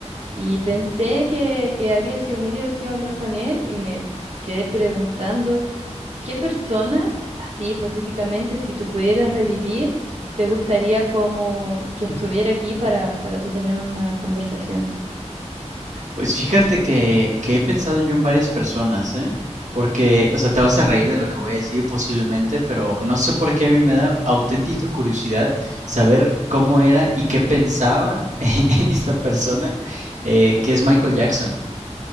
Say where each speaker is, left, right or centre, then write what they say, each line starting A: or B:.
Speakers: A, on the right (about 60°); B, on the right (about 90°).
A: Y pensé que, que habría sido muy divertido hablar con él y me quedé preguntando. ¿Qué persona, así hipotéticamente, si tú pudieras revivir, te gustaría como que estuviera aquí para, para tú tener una conversación?
B: Pues fíjate que, que he pensado yo en varias personas, ¿eh? Porque, o sea, te vas a reír de lo que voy a decir posiblemente, pero no sé por qué a mí me da auténtica curiosidad saber cómo era y qué pensaba <laughs> esta persona eh, que es Michael Jackson.